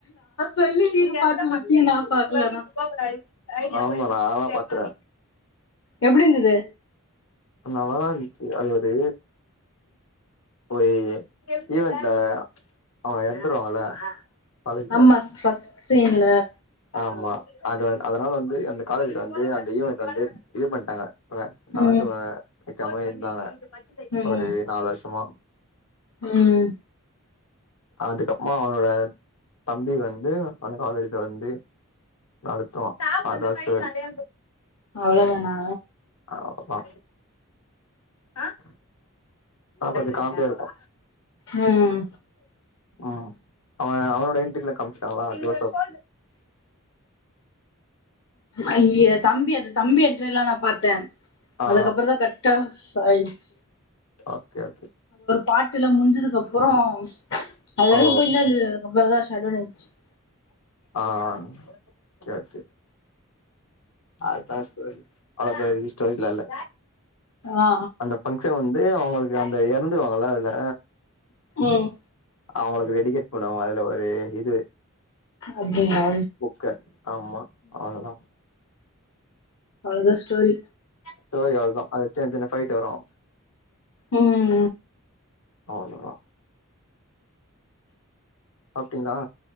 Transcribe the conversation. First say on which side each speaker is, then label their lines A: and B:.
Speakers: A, on the left (about 60°); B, on the left (about 85°).
A: சொல்லி நீங்க
B: எட்த்துல
A: பாத்து
B: மட்டுந்தா
A: முச்டீங்க
B: <unintelligible>
A: நா பாக்கல ஆனா
B: ஆமா நால்லா பாத்றுவ
A: எப்டி இந்துது
B: நல்லாதா இருன்ச்சு அது ஒரு ஒரு ஈவென்ட்ல அவங்க எறந்துருவாங்கல்ல காலேஜ்ல
A: அமா ஸ்ட்ரெஸ் சீன்ல
B: ஆமா அது அதனால வந்து அந்த காலேஜ்ல வந்து அந்த ஈவென்ட் வந்து இது பண்ட்டாங்க <unintelligible>
A: ம்
B: வெக்காம இருந்தாங்க
A: ம்
B: ஒரு நாலு வர்ஷமா
A: ம்
B: அதுக்கப்மா அவனோட தம்பி வந்து அந்த காலேஜ்ல வந்து நடத்துவா அதா ஸ்டோரி
A: அவ்ளோதானா
B: ஆமா ஆஹ் ஆ கொஞ்சொ காம் ட்டேருப்போ
A: ம்
B: ஆஹ் அவ அவனோட என்ட்ரில காம்ச்சுட்டாங்ளா ஜோசப்
A: அய்ய தம்பி அந்த தம்பி என்ட்ரில்லா நா பாத்தேன்
B: ஆ
A: அதுக்கப்றந்தா கர்ட்டா டாயிச்சு
B: ஓகே ஓகே
A: பாட்டுல முடிஞ்சதுக் ப்புறோ அது வரக்கு
B: ஓ
A: போயின்தா ந்துது அதுக்கப்பறந்தா <unintelligible>
B: ஆஹ் கேத்த அதா ஸ்டோரி அவ்ளோ பெரிய ஸ்டோரிலால்ல
A: ஆ
B: அந்த ஃபங்ஷன் வந்து அவங்களுக்கு அந்த இறந்துவாங்களா அதுல
A: ம்
B: அவங்களுக்கு டெடிகேட் பண்ணுவாங்க அதுல ஒரு இது
A: அப்டியா
B: புக்க ஆமா அவ்ளவுதான்
A: அவ்ளத ஸ்டோரி
B: ஸ்டோரி அவ்வளவுதான் அத சின்ன சின்ன ஃபைட்டு் வரும்
A: உஹம்
B: அவ்ளோதா சாப்டிங்களா